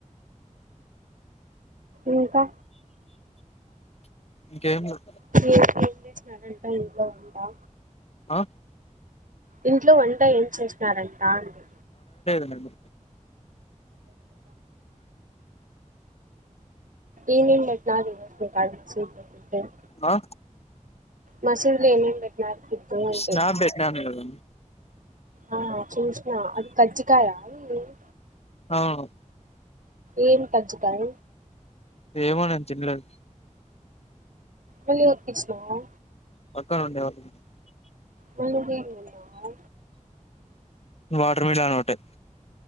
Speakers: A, on the right; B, on the left.
A: ఇంకా
B: ఇంకేం లేవ్
A: మీరు ఏం చేసినడంట ఇంట్లో వంటా
B: ఆ
A: ఇంట్లో వంట ఏం చేసినారంటా అండి.
B: ఏమో
A: ఏమేమి అన్ నాది కడు స్విటగా పెట్టడం
B: ఆ
A: మసీదు లో ఏమేమి పెట్టినారు. ఫుడ్ అంటే
B: శ్యామ్ బెట్టినాము ఈ రోజు
A: ఆ చూష్ణ అది కజ్జికాయ ఆ ఈ రోజ్
B: ఆ
A: ఏం కజ్జికాయ
B: ఏమో నేను తినలేదు.
A: మళ్ళీ ఒక్కిచీనవా
B: పక్కనండే ఎవరిది అన్న
A: మళ్ళ బీర్ కొన్నవా?
B: వాటర్ ఓయి తాగవట్టే